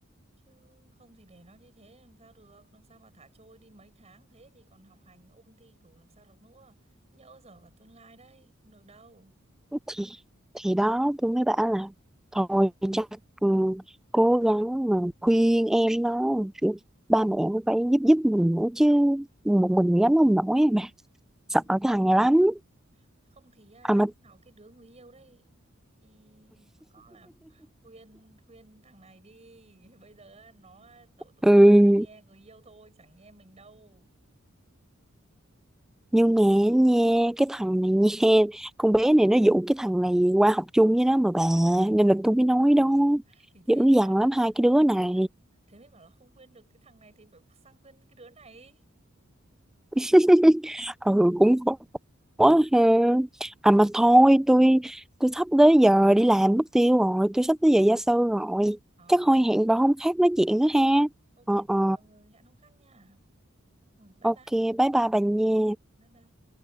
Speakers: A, on the right; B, in the centre.
A: chứ không thì để nó như thế làm sao được làm sao mà thả trôi đi mấy tháng thế thì còn học hành ôn thi cử làm sao được nữa nhỡ dở cả tương lai đấy không được đâu
B: thì thì đó tôi mới bảo là thôi chắc ừ, cố gắng mà khuyên em nó kiểu, ba mẹ cũng phải giúp giúp mình nữa chứ một mình gánh không nổi bà
A: đúng
B: sợ cái
A: rồi
B: thằng này lắm
A: không thì à,
B: à
A: đánh
B: mà
A: vào cái đứa người yêu đấy thì nó là khuyên khuyên thằng này đi <laughs> bây giờ nó à, tổ tuổi
B: Ừ,
A: của nó chỉ nghe người yêu thôi chẳng nghe mình đâu
B: nhưng mà nha cái thằng này nha con bé này nó dụ cái thằng này qua học chung với nó mà bà nên là tôi mới nói
A: Ừ.
B: đó
A: thì thế
B: dữ
A: mới
B: dằn
A: bảo là
B: lắm hai cái
A: không
B: đứa này
A: khuyên được thế mới bảo là không khuyên được cái thằng này thì phải sang khuyên cái đứa này
B: <laughs> ừ cũng khổ
A: <laughs>
B: ha à mà thôi tôi tôi sắp tới giờ đi làm mất tiêu rồi tôi sắp tới giờ gia sư rồi
A: ờ
B: chắc thôi
A: thế à
B: hẹn bà hôm khác nói chuyện
A: Ờ,
B: nữa ha
A: ok,
B: ờ ờ
A: thế gọi hẹn hôm khác nha. Ừ, bye bye.
B: ok bye bye bà nha
A: Bye bye.